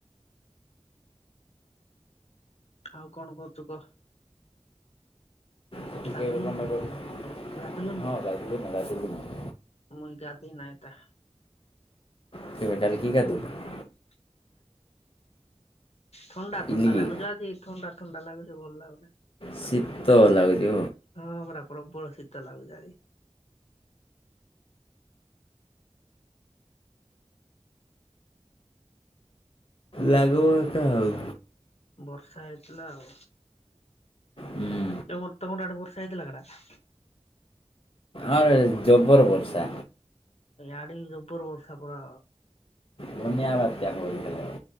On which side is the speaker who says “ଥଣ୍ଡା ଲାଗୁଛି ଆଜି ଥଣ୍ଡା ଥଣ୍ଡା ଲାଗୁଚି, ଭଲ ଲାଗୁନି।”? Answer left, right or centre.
Left